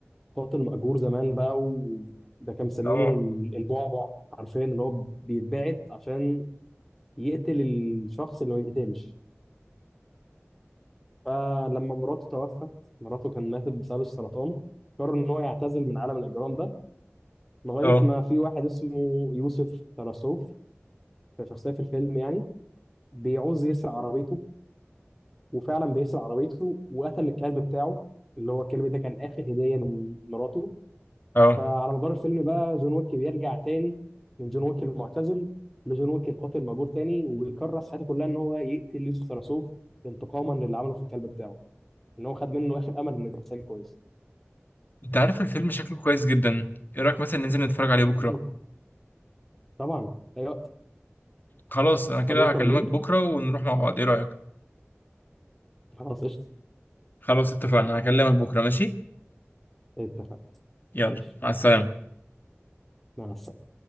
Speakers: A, in the centre; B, on the left (about 45°).
A: قاتل مأجور زمان بقى وده كان مسمينه
B: اه
A: ال- البعبع حرفيا اللي هو بيتبعت عشان يقتل الشخص اللي ما بيقتلش فلما مراته توفت مراته كان ماتت بسبب السرطان قرر إن هو يعتزل من عالم الإجرام ده لغاية
B: اه
A: ما في واحد اسمه يوسف تراسوف شخصية في الفيلم يعني بيعوز يسرق عربيته وفعلا بيسرق عربيته وقتل الكلب بتاعه اللي هو الكلب ده كان آخر هدية من مراته
B: اه
A: فعلى مدار الفيلم بقى جون ويك بيرجع تاني من جون ويك المعتزل لجون ويك القاتل المأجور تاني وبيكرس حياته كلها إن هو يقتل يوسف تراسوف انتقاما للي عمله في الكلب بتاعه إن هو خد منه آخر أمل إنه يبقى إنسان كويس
B: انت عارف الفيلم شكله كويس جدا ايه رايك مثلا ننزل نتفرج عليه بكره
A: <laughs> <clears throat> طبعا أي وقت
B: خلاص انا كده
A: فاضي بكرة
B: هكلمك
A: بالليل
B: بكرة ونروح مع بعض ايه رأيك
A: خلاص قشطة
B: خلاص اتفقنا هكلمك بكرة ماشي
A: اتفق
B: يلا
A: ماشي
B: مع السلامة
A: مع السلامة